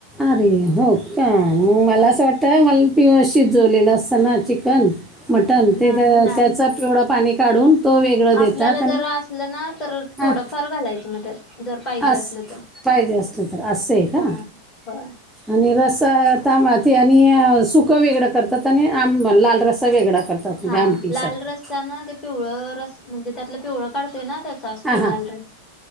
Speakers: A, in the centre; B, on the left.
A: अरे हो का मग मला
B: हा
A: असं वाटत तर मला पिवाशी जोडलेलं असतं ना चिकन मटण ते
B: हा नाही
A: त्याच पिवढं पाणी काढून तो वेगळं देतात
B: आपल्याला
A: आणि
B: जर असलं ना तर
A: हां
B: थोडंफार घालायचं मग त्यात जर पाहिजे
A: अस
B: असलं तर
A: पाहिजे असलं तर असं आहे का
B: हा
A: आणि रसा तमी आणि सुकं वेगळं करतात आणि आम लाल रसा वेगळा करतात म्हणजे
B: हा
A: आमटीसाठी
B: लाल रसचा ना ते पिवळ रस म्हणजे त्यातलं पिवळं काढतय ना त्याचा असतो
A: हां हां
B: लाल रस.